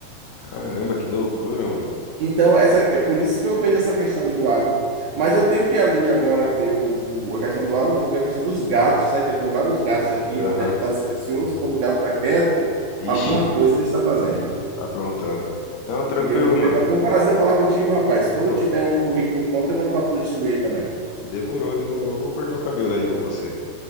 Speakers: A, on the left (about 85°); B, on the right (about 70°).
A: Caramba, que loucura, mano.
B: Então, essa, é por isso que eu vejo essa questão aí do agro. Mas eu tenho que ali agora ver o, o- a questão do agro, né? Também a questão dos gatos, né? Que eu tenho vários gatos aqui,
A: Aham.
B: ele deve estar silencioso. Quando o gato está quieto, alguma
A: Ixi,
B: coisa ele está fazendo.
A: Tá aprontando. Não, tranquilo,
B: E eu vou
A: mano.
B: ver, mas foi um prazer falar contigo, rapaz.
A: Pô,
B: Quando eu tiver um currículo pronto, eu mando para tu distribuir ele também.
A: demorou, demorou. Vou cortar o cabelo aí com você.